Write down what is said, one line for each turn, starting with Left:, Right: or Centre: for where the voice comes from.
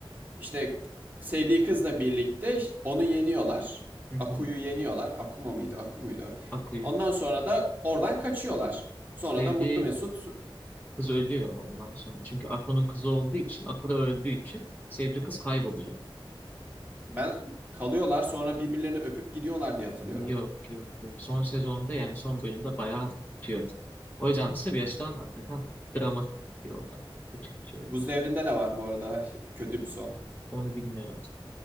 Right: İşte sevdiği kızla birlikte onu yeniyorlar.
Left: Hı hı.
Right: Aku'yu yeniyorlar. Akuma mıydı? Aku muydu?
Left: Aku'yu.
Right: Ondan sonra da oradan kaçıyorlar. Sonra
Left: Sevdiği
Right: da Mutlu Mesut
Left: kız ölüyor ondan sonra. Çünkü Aku'nun kızı olduğu için, Aku da öldüğü için sevdiği kız kayboluyor.
Right: ben kalıyorlar sonra birbirlerini öpüp gidiyorlar diye hatırlıyorum.
Left: Yok yok yok. Son sezonda yani son bölümde bayağı tutuyor. O yüzden Sebastian hakikaten dramatik tutuyor orada. Kötü tutuyor
Right: Buz
Left: yani.
Right: Devri'nde de var bu arada kötü bir son.
Left: Onu bilmiyorum.